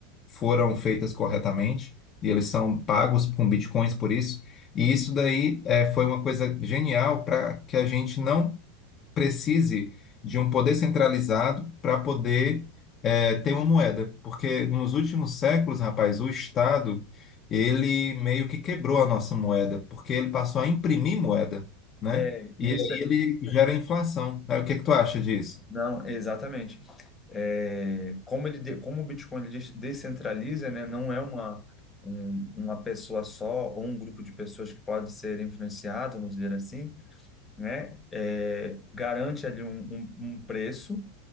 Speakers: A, on the left (about 35°); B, on the left (about 20°).
A: foram feitas corretamente e eles são pagos com bitcoins por isso. E isso daí eh, foi uma coisa genial para que a gente não precise de um poder centralizado para poder eh, ter uma moeda, porque nos últimos séculos, rapaz, o Estado ele meio que quebrou a nossa moeda, porque ele passou a imprimir moeda, né?
B: É, isso,
A: E aí
B: é
A: ele gera inflação. Aí, o que que tu acha disso?
B: Não, exatamente. É, como ele, de- como o Bitcoin ele des- descentraliza, né, não é uma, um- uma pessoa só ou um grupo de pessoas que pode ser influenciado, vamos dizer assim, né, é, garante ali um, um, um preço,